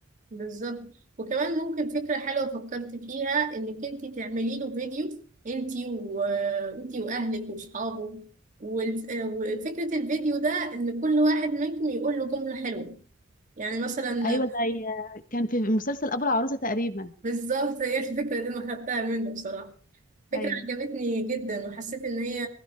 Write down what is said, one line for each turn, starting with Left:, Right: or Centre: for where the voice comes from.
Right: بالظبط وكمان ممكن فكرة حلوة فكرت فيها انك انت تعملي له فيديو انت وانت واهلك واصحابه وال- وفكرة الفيديو ده ان كل واحد منكم يقول له جملة حلوة يعني مثلا
Left: ايوه زي آه، كان في مسلسل ابو العروسه تقريبا
Right: <laughs> بالظبط هي الفكرة دي انا خدتها منه بصراحة فكرة
Left: ايوه
Right: عجبتني جدا وحسيت ان هي